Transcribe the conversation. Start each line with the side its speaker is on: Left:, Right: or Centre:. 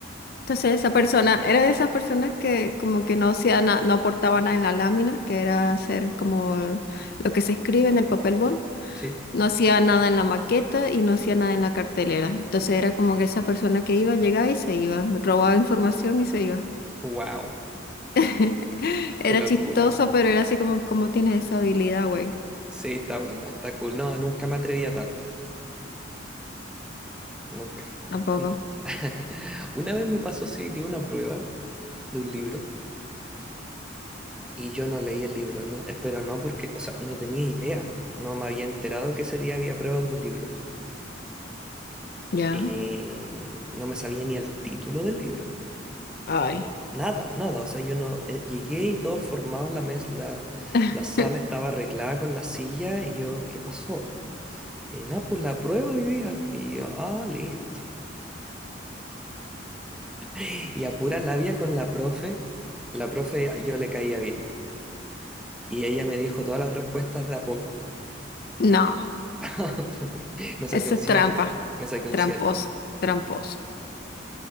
Left: Entonces esa persona, era de esas personas que como que no hacía na- no aportaba nada en la lámina, que era hacer como lo que se escribe en el papel bond.
Centre: Sí,
Left: No hacía nada en la maqueta y no hacía nada en la cartelera. Entonces era como que esa persona que iba, llegaba y se iba, robaba información y se iba.
Centre: wow,
Left: <laughs> Era
Centre: qué locura.
Left: chistoso, pero era así como, ¿cómo tienes esa habilidad, güey?
Centre: Sí, está buena, está cool. No, nunca me atrevía tanto, nunca.
Left: Tampoco.
Centre: Mm. <laughs> Una vez me pasó, sí, di una prueba de un libro y yo no leí el libro, no, espero no porque, o sea, no tenía idea, no me había enterado que ese día había prueba de un libro
Left: Ya.
Centre: y no me sabía ni el título del libro.
Left: Ay.
Centre: no, nada, nada. O sea, yo no eh, llegué y todo formado, la, mes, la,
Left: <laughs>
Centre: la sala estaba arreglada con la silla y yo, ¿qué pasó? Y nada, pues la prueba hoy día. Y yo, ah, listo. <gasps> Y a pura labia con la profe, la profe ah, yo le caía bien. Y ella me dijo todas las respuestas de a poco.
Left: No,
Centre: <laughs> Me saqué
Left: eso
Centre: un
Left: es
Centre: siete
Left: trampa.
Centre: me saqué un
Left: Tramposo,
Centre: siete
Left: tramposo.